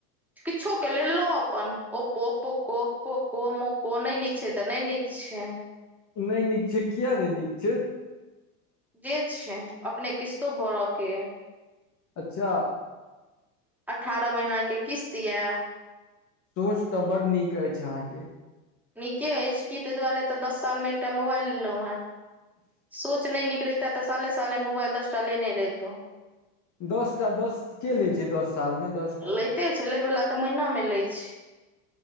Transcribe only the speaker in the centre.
किछो के लेलहु अपन ओप्पो पोको पोको मोको नहि नीक छै तऽ नहि नीक छै
जे छै अपने किस्तो भरऽ के
अठारह महिना के किस्त यऽ
नीके अछि की ताहि दुआरे तऽ दस साल मे एकटा मोबाइल लेलहुं हे सोच नहि निकलैता तऽ साले साले मोबाइल दस टा लेने रहतौ
लएतै छै लैवला तऽ महिना में लै छै